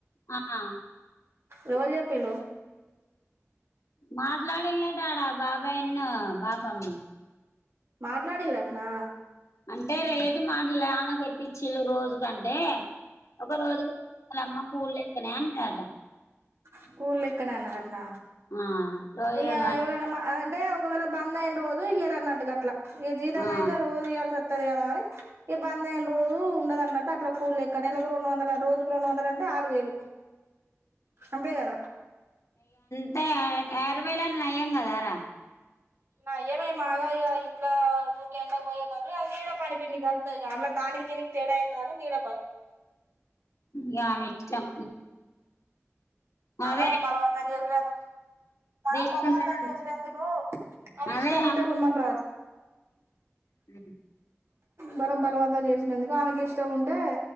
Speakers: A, on the left; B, on the right.
A: ఆ
B: లోల్ చెప్పిళ్లు
A: మాట్లాడిలాటడా బాబాయి న్న బాపమ్మ
B: మాట్లాడిలటనా
A: అంటే రేటు మాటలమక ఎట్చ్చళ్ళు రోజుకంటే ఒక రోజుకు వాళమ్మ కూళ్ళ ఎక్కనే అనిట
B: స్కూల్ ఇక్క అన్నరట్న
A: ఆ రోజు
B: ఇగ
A: రెండు వం
B: ఎవరన్న అంటే ఒకవేళ బందైయిన రోజు ఇయరన్నట్టు గట్ల ఇగ జీతమైతే
A: ఆ
B: రోజు ఇయల్సి తదిగదా తే ఏ బందైంరు ఉండద అన్నట్టు అట్లా కూ ెక్క నెలకు రెండు వందలు రజుకు రెండు వందల అంటే ఆరు వేలు సం బేగదా
A: అ రవైలని నయ్యం కదాారా
B: నా భై మాగా ఇ ఎ పో పలు నడ పని పని గ అలా దానికి దీనికి తేడా ఏద నీడపో
A: ను ఇష్టం
B: మనం
A: అదే
B: బలవంతం చేసినందుకు మనం
A: రెస్ట్
B: బలవంతం
A: ఉంటది
B: చేసినందుకు అవి
A: అదే
B: ఇష్టం ఉంటే పొమ్మంట రా
A: ఉ
B: మరం బలవంతం చేసిన ఎందుకు ఆమెకి ఇష్టం ఉంటే